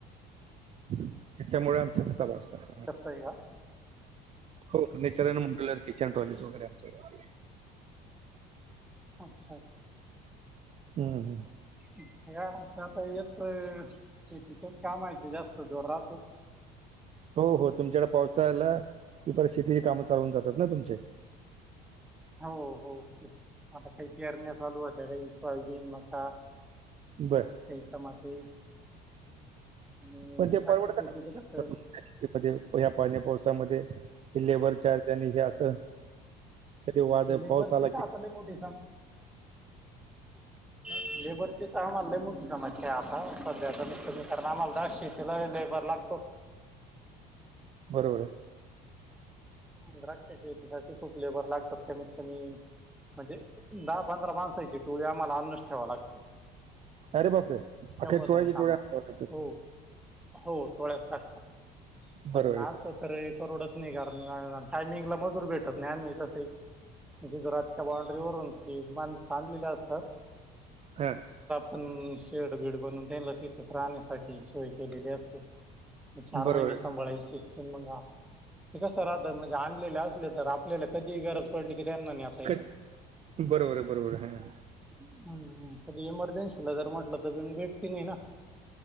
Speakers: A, on the right; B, in the centre.
A: त्याच्यामुळे आमच्या <unintelligible> असतं
B: चई हा.
A: हो फर्निचर आहे किचन ट्रॉली वगैरे आमच्याकडं.
B: अच्छा, अच्छा.
A: हं.. हं..
B: सगळं आमच्या आता याच शेतीचंच कामायाचं जास्त जोरात.
A: हो, हो. तुमच्याकडं पावसाळा आला की, परत शेतीची कामं चालू होऊन जातात ना तुमचे.
B: हो, हो. आता काही परण्या चालू होत्यात सोयाबीन, मक्का.
A: बर
B: काही टमाटे. आणि
A: पण ते
B: द्राक्ष
A: परवडतं
B: शेतीच कस
A: का तुमच्या ह्या पाण्या-पावसामध्ये ते लेबर चार्ज आणि हे असं कधी वाद
B: लेबरचे
A: पाऊस आला की
B: तर आपले मोठे सांग
A: <inaudible>
B: लेबरची तर आम्हाला लय मोठी समस्या आहे आता सध्यातरी तुम्ही कारण आम्हाला दहा शेतीला लेबर लागतो.
A: बरोबर आहे.
B: द्राक्षाच्या शेतीसाठी खूप लेबर लागतात कमीत कमी म्हणजे दहा पंधरा माणसाची टोळी आम्हाला आणूनच ठेवावी लागते.
A: अरे बापरे
B: तेव्हा
A: अख्या टोळ्या
B: जाऊन
A: किती
B: काम
A: लागतात तिथं.
B: हो हो टोळ्याच टाकतात
A: बरोबर
B: कारण
A: आहे सर
B: असं तर परवडत नाही घरा टायमिंगला मजूरी भेटत नाही आम्ही तस. गुजरातच्या बांड्री वरून ते माणसं आणलेली असतात.
A: हा
B: पण शेड बीड बनवून त्यान्ला तिथेच राहण्यासा तेचि सोय केलेली असते म चार
A: बरोबर
B: महिने
A: आहे
B: सांभाळायचे असते मग आ ते कसं राहतं म्हणजे आणलेले असले तर आपल्याला कधी गरज पडली की त्यांना न्हेता
A: सर
B: येत.
A: क- बरोबर आहे बरोबर आहे ह.
B: हम्म हम्म पण एमर्जन्सिला जरी म्हंटल तर कोणी भेटत नाही ना.